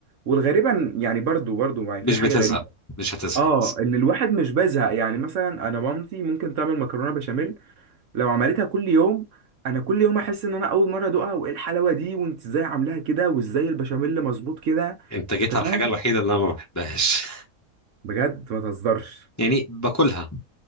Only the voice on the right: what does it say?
والغريبة إن- يعني برضو برضو يعني
في حاجة
غريبة
اه ان الواحد مش بيزهق يعني مثلا انا مامتي ممكن تعمل مكرونة بشاميل لو عملتها كل يوم انا كل يوم احس ان انا اول مره ادوقها وايه الحلاوه دي وانت ازاي عاملاها كده وازاي البشاميل مظبوط كده
انت
فاهم
بجد ما تهزرش